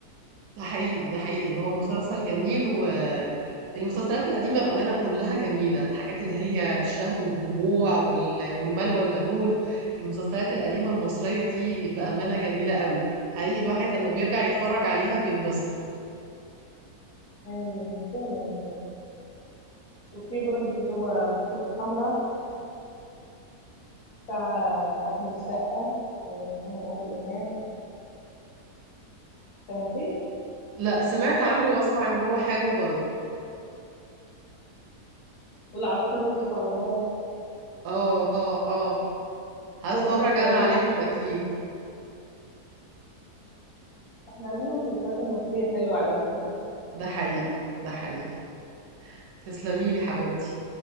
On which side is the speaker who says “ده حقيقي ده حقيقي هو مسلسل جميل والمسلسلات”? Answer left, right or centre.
Right